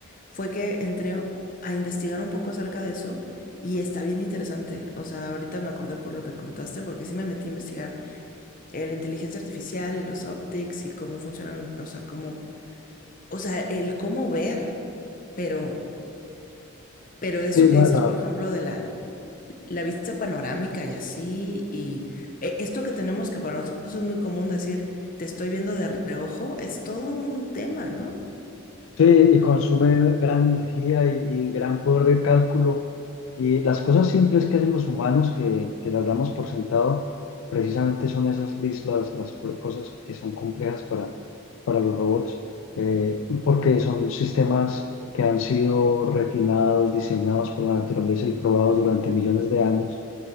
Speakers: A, on the left; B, on the left.
A: fue que entré a investigar un poco acerca de eso y está bien interesante. O sea, ahorita me acordé por lo que contaste porque sí me metí a investigar eh, la inteligencia artificial y los optics y cómo funcionan, o sea, cómo, o sea, el cómo ver, pero pero eso
B: Sí,
A: que
B: la,
A: dices,
B: la-
A: por ejemplo, de la, la vista panorámica y así, y eh, esto que tenemos que para nosotros es muy común decir, te estoy viendo de reojo, es todo un tema, ¿no?
B: Sí, y consume gran energía y, y gran poder de cálculo. Y las cosas simples que hacen los humanos, que, que las damos por sentado, precisamente son esas lis- las las pro- cosas que son complejas para, para los robots, eh, porque son sistemas que han sido refinados, diseñados por la naturaleza y probados durante millones de años.